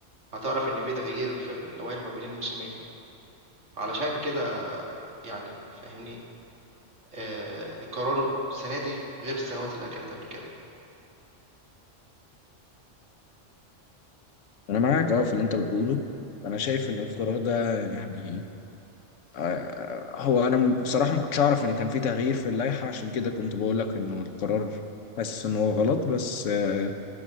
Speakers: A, on the right; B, on the left.
A: هتعرف إن في تغيير في اللوائح ما بين الموسمين علشان كده يعني فاهمني آه القرار السنة دي غير السنوات اللي كانت قبل كده
B: انا معاك اه في اللي انت بتقوله انا شايف ان القرار ده يعني آه، هو انا بصراحه ما كنتش اعرف ان كان في تغيير في اللائحه عشان كده كنت بقول لك انه القرار حاسس ان هو غلط بس آه،